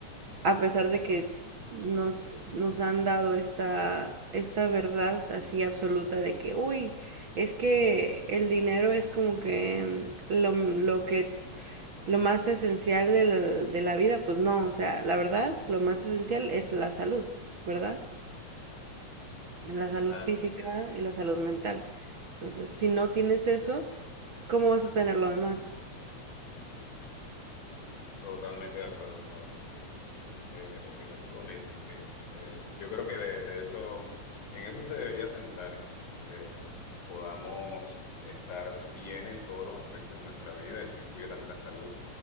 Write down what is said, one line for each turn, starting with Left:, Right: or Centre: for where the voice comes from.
Right: a pesar de que nos, nos han dado esta, esta verdad así absoluta de que, uy, es que el dinero es como que mm, lo, lo que lo más esencial de la, de la vida, pues no, o sea, la verdad, lo más esencial es la salud, ¿verdad? La salud
Left: así
Right: física
Left: es.
Right: y la salud mental. Entonces, si no tienes eso, ¿cómo vas a tener lo demás?
Left: Totalmente de acuerdo, Claudia, sí. Eh, opino lo mismo, sí. Eh, yo creo que de, de eso, en eso se debería centrar, en, en que podamos estar bien en todos los aspectos de nuestra vida, eso incluye también la salud